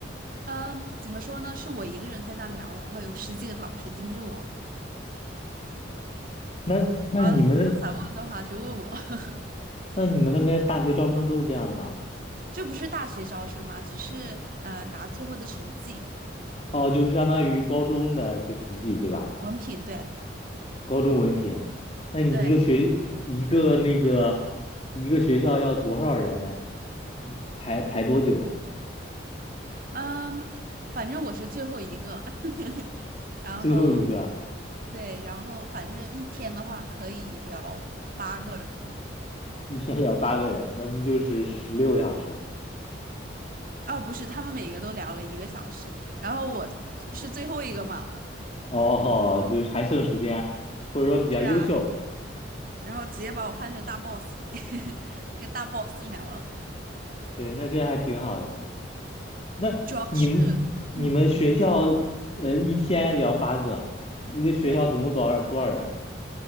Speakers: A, on the right; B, on the left.
A: 嗯，怎么说呢？是我一个人在那聊，然后有十几个老师盯着我。
B: 那那你们
A: 呃，他们想问的话就问我。<laughs>
B: 那你们那边大学招生都是这样的吗？
A: 这不是大学招生吗？只是呃拿最后的成绩，
B: 哦，就是相当于高中的这成绩对吧？
A: 文凭对
B: 高中文凭啊那你一个学一个那个一个学校要多少人
A: 对，
B: 嗯排排多久呀？
A: 嗯，反正我是最后一个。<laughs> 然后
B: 最后一个
A: 对，然后反正一天的话可以聊八个人。
B: 一天聊八个人，那不就是十六小时？
A: 哦，不是，他们每个都聊了一个小时，然后我是最后一个嘛。
B: 哦，哦就是还剩时间，或者说比较优秀，
A: 对啊，然后直接把我放成大 boss 里，<laughs> 跟大 boss 聊了。
B: 对，那这还挺好的。那你们你们学校
A: 主要是，嗯，
B: 呃一天聊八个，一个学校总共多少多少人啊？
A: 对，